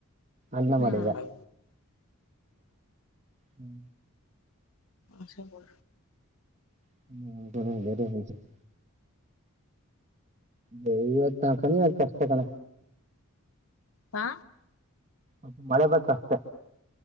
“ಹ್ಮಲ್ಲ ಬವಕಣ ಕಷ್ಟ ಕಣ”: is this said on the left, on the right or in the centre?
Right